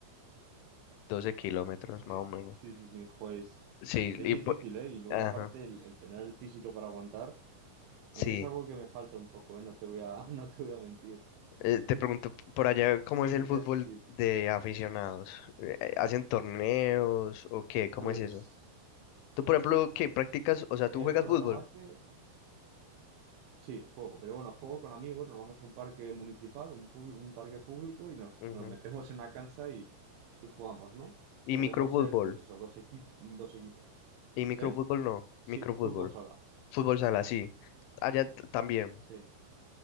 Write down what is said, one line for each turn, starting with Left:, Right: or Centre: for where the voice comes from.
Left: doce kilómetros
Right: Sí,
Left: más o menos.
Right: sí, sí, sí, jo, es,
Left: Sí,
Right: es
Left: y
Right: difícil,
Left: por-
Right: ¿eh? Y luego
Left: ajá,
Right: aparte el, el tener el físico para aguantar,
Left: sí.
Right: a mí es algo que me falta un poco, ¿eh? No te voy a, <laughs> no te voy a mentir,
Left: Eh, te pregunto por allá cómo
Right: no
Left: es el
Right: te
Left: fútbol
Right: voy a mentir.
Left: de aficionados. Eh, eh, ¿Hacen torneos o qué? ¿Cómo
Right: Pues,
Left: es eso? Tú, por ejemplo, qué practicas, o sea,
Right: eh,
Left: tú juegas
Right: bueno,
Left: fútbol
Right: normalmente Sí, juego, pero bueno, juego con amigos, nos vamos a un parque municipal, un, pub- un parque público y nos,
Left: Ujú.
Right: nos metemos en una cancha y, y jugamos, ¿no?
Left: y
Right: Solemos
Left: microfútbol.
Right: ser, pues eso, dos equip- dos equipos.
Left: Y microfútbol
Right: ¿Eh?
Left: no,
Right: Sí,
Left: microfútbol.
Right: fútbol sala.
Left: Fútbol sala, sí. Allá t- también,
Right: Sí,